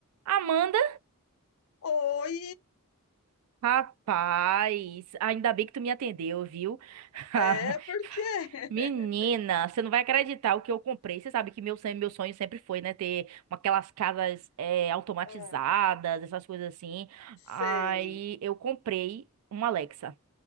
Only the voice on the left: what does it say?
Oi,
é porque. <laughs>
Ah,
sei,